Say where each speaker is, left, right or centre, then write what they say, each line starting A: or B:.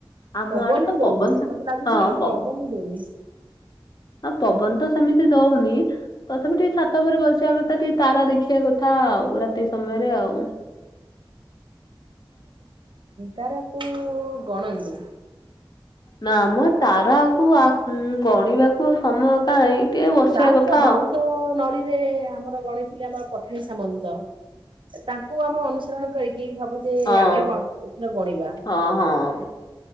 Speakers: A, on the left (about 50°); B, on the right (about 65°).
A: ଆମ
B: ପବନ
A: ଆଡେ ତ
B: ହି ଦଉନି ମତେ ଲାଗୁଛି
A: ହଁ ପବ
B: ପବନ ହି ଦଉନି।
A: ଆଉ ପବନ ତ ସେମିତି ଦଉନି ତଥାପି ଟିକେ ଛାତ ଉପରେ ବସିବା କଥା ଟିକେ ତାରା ଦେଖିବା କଥା। କଥା ଆଉ ରାତି ସମୟରେ ଆଉ।
B: ତାରାକୁ ଗଣନ୍ତି।
A: ନାମ ତାରାକୁ ଗଣିବାକୁ ଆଉ ସମୟ। ପାଇଁ ଟିକେ
B: ମାନେ
A: ବସିବା
B: ବାଉଁଶ
A: କଥା
B: ବାଉଁଶ
A: ଆଉ।
B: ନଳିରେ ଆମର ଗଣି ଥିଲେ ଆମର ପଠାଣୀ ସାମନ୍ତ ତାଙ୍କୁ ଆମେ ଅନୁସରଣ କରି। କି ଭାବୁଛେ
A: ହଁ
B: ଆମେ ବି <unintelligible> ଗଣିବା।
A: ହଁ ହଁ